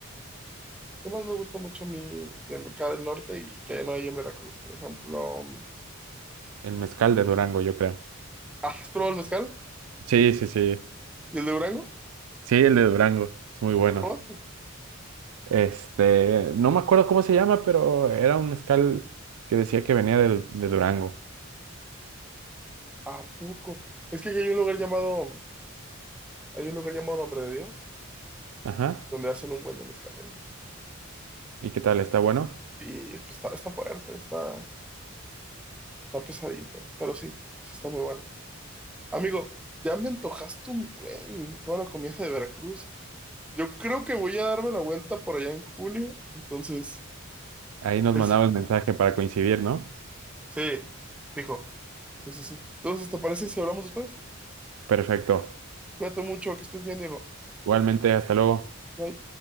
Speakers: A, in the centre; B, on the right.
A: ¿Qué más me gusta mucho a mí de acá del norte y que no hay en Veracruz? Por ejemplo,
B: El mezcal de Durango, yo creo.
A: ah, ¿has probado el mezcal?
B: Sí, sí, sí.
A: ¿Y el de Durango?
B: Sí, el de Durango. Es muy bueno.
A: ¿Probaste?
B: Este, no me acuerdo cómo se llama, pero era un mezcal que decía que venía de, de Durango.
A: ¿A poco? Es que aquí hay un lugar llamado, hay un lugar llamado Nombre de Dios,
B: Ajá.
A: donde hacen un buen de mezcal ahí.
B: ¿Y qué tal? ¿Está bueno?
A: Y pues, está, está fuerte, está. Está pesadito, pero sí, sí está muy bueno. Amigo, ya me antojaste un buen toda la comida de Veracruz. Yo creo que voy a darme la vuelta por allá en junio, entonces,
B: Ahí nos
A: es,
B: mandamos mensaje para coincidir, ¿no?
A: sí, dijo, sí, sí, sí. Entonces, ¿te parece si hablamos después?
B: Perfecto.
A: Cuídate mucho, que estés bien, Diego.
B: Igualmente, hasta luego.
A: Bye.